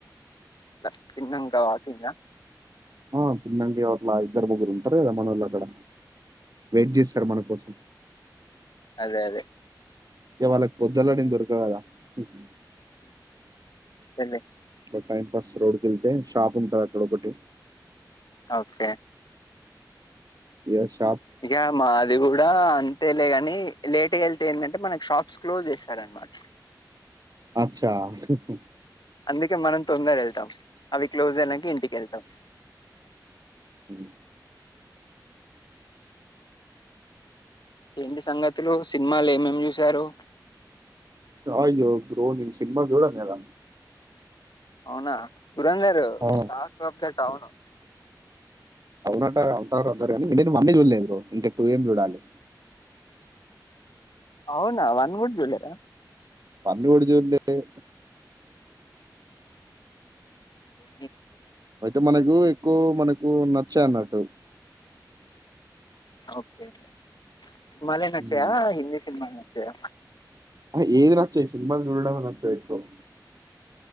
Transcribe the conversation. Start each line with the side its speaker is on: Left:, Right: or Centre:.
Left: ట్లా తిన్నంకా వాకింగా
Right: ఆ తిన్నం గి ఆ అట్లా ఇద్దరు ముగ్గురు ఉంటారు కదా మనోళ్ళు అక్కడ వెట్ చేస్తార్ మన కోసం
Left: అదే అదే
Right: ఇవ్వాలే పొద్దునే నేన్ దొరక్ ఇవ్వాళా ఉమ్
Left: చెల్లే
Right: అట్ల టైమ్ పాస్ రోడు వెళ్తే షాపు ఉంటాద్ ఒకటి
Left: ఓకే
Right: యశ్
Left: ఇగ మాది కూడా అంతేలేగాని లేట్ గ ఎళ్తే ఎందంటే మనక్ షాప్స్ క్లోజ్ చేస్తార్ అన్ మాట
Right: అచ్చా ఉహ్ ఉహ్
Left: అందుకే మనం తొందర్ ఎల్ తమ్ అవి క్లోజ్ అయినంక ఇంటికేళ్తాం
Right: హ్మ్
Left: ఏంటి సంగతులు సినిమాలు ఏమేమ్ చూశారు
Right: అ యో బ్రో నేన్ సినిమా జుడన్ కద
Left: అవ్ నా పురందరు
Right: ఆ,
Left: సార్ కో పెల్ట్ <unintelligible> అవును
Right: అవునట అంటారు అందరు కానీ నేను వన్నె చూడలేను బ్రో ఇంకా టూ ఏం చూడాలి
Left: అవునా వన్ కూడా జూలేదా
Right: వన్ను కూడా జూడ్ లే ఎ
Left: హి్
Right: అయితే మనకు ఎక్కువ మనకు నచ్చాయి అనడ్ డు
Left: ఓకే సిన్ మాలే నచ్చయా
Right: ఉమ్,
Left: హిందీ సినిమాలు నచ్చయా <unintelligible>
Right: అహ్ ఏది నచ్చయి సిన్ మాల్ చూడడమ్ నచ్చయి ఎక్కువ